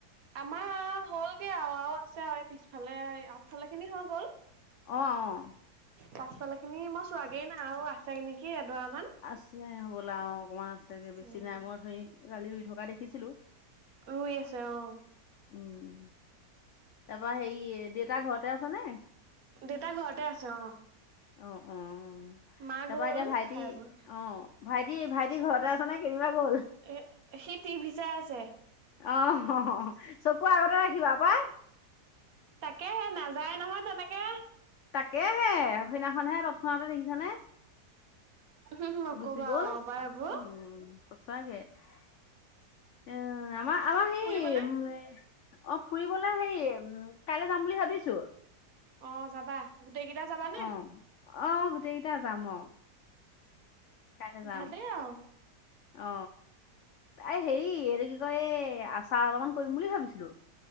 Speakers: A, on the right (about 60°); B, on the left (about 85°).
A: আমাৰ আও হ'লগে আও আৰু আছে, আৰু পিছফালে আগফালে খিনি হৈ গ'ল।
B: অ', অ',।
A: পাছ ফালৰ খিনি মই চোৱাগেই নাই, আৰু আছে নেকি এডৰা মান।
B: আছে হ'বলা অ', অকণমান আছেগে বেছি
A: উম
B: নাই মই ধৰি কালি ৰুই থকা দেখিছিলো।
A: ৰুই আছে অ',।
B: উম, তাপা হেৰি দেউতা ঘৰতে আছে নে?
A: দেউতা ঘৰতে আছে অ',।
B: অ', অ',।
A: মা
B: তাৰপা
A: গ'ল
B: এতিয়া ভাইটি
A: খাই বৈ
B: অ', ভাইটি- ভাইটি ঘৰতে আছ নে কেনিবা গ'ল?
A: এ সি টিভি চাই আছে।
B: অ', হহ চকু আগতে ৰাখিবা পাই।
A: তাকেহে নাযায় নহয় তেনেকে।
B: তাকেহে সেইদিনাখন হে তৎক্ষণাতে দেখিছানে?
A: উম, নকবা
B: গুচি গ'ল
A: পাই এই বোৰ।
B: উম সঁচাকে এ, আমাৰ আমাৰ সেই
A: ফুৰিবলে
B: অ ফুৰিবলৈ হেৰি উম কাইলৈ যাম বুলি ভাবিছোঁ।
A: অ', যাবা গোটেই কেইটা যাবা নে?
B: অ অ, গোটেইকেইটা যাম অ। কাইলৈ যাম
A: ভালে আৰু।
B: অ, এই হেৰি এইটো কি কয়, এই আচাৰ অকমান কৰিম বুলি ভাবিছিলোঁ।